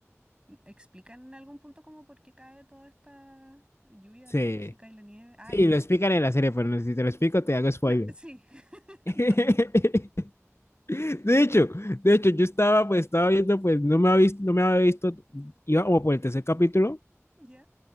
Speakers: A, on the right; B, on the left.
A: ¿Explican en algún punto como por qué cae toda esta lluvia
B: Sí,
A: tóxica y la nieve? Ah,
B: sí,
A: ya.
B: lo explican en la serie, pero no, si te lo explico, te hago spoiler.
A: No, sí, <laughs>
B: <laughs>
A: no,
B: De hecho, de hecho, yo estaba, pues, estaba viendo, pues, no me había visto, no me había visto, iba como por el tercer capítulo
A: ya.